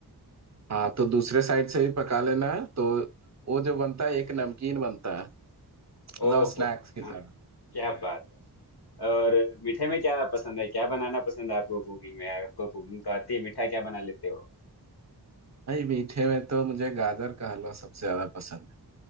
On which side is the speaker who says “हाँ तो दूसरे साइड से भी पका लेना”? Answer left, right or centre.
Right